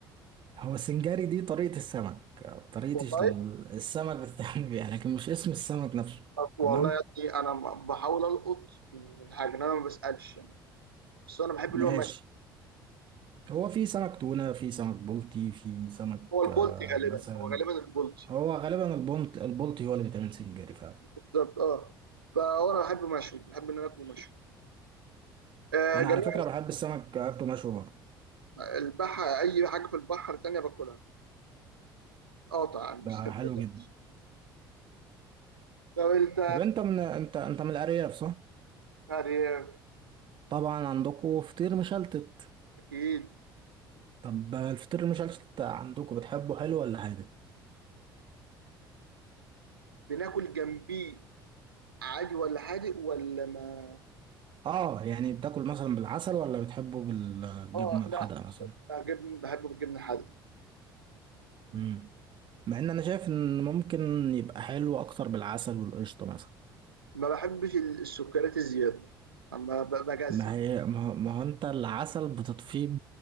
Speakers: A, on the right; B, on the right.
A: هو السنجاري دي طريقة السمك طريقة
B: والله
A: ال- السمك بتتعمل بيها لكن مش اسم السمك نفسه
B: والله
A: تمام
B: يا ابني انا بحاول القط من الحاجه إن انا ما بسالش يعني. بس انا بحب
A: ماشي
B: اللي هو
A: هو في سمك تونة في سمك بلطي في سمك
B: هو البولت
A: آه
B: غالبا
A: مثلا
B: هو غالبا البولت
A: هو غالبا البلط البلطي هو اللي بيتعمل سنجاري فعلا
B: بالظبط اه فانا بحب مشوي بحب ان انا اكله مشوي آه
A: أنا
B: جميع
A: على فكرة بحب السمك أكله مشوي برضه
B: البحر اي حاجه في البحر تانية باكلها قاطع مش
A: بقى
B: <laughs>
A: حلو جدا
B: طب انت
A: طب أنت من أنت أنت من الأرياف صح؟
B: مريم
A: طبعا عندكم فطير مشلتت
B: اكيد
A: طب الفطير المشلتت عندكم بتحبه حلو ولا حادق؟
B: بناكل جنبيه عادي ولا حادق ولا ما
A: اه يعني بتاكل مثلا بالعسل ولا بتحبه بالجبنة
B: اه
A: الحادقة
B: لا
A: مثلا
B: جبن بحبه بالجبن الحادق
A: امم مع ان انا شايف ان ممكن يبقى حلو اكتر بالعسل والقشطة مثلا
B: ما بحبش ال- السكريات الزياده اما ب- بجزع
A: ما هي ما هو ما هو انت العسل بتطفيه